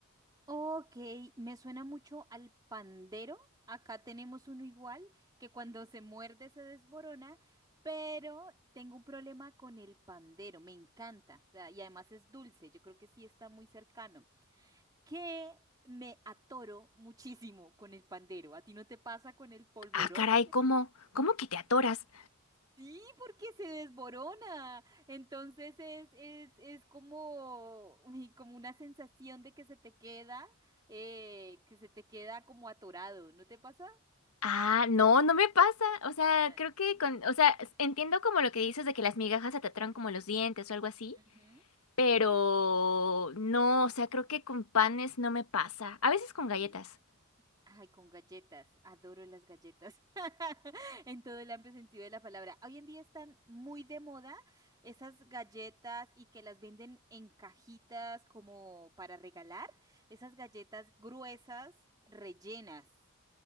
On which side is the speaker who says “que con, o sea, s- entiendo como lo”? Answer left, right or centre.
Left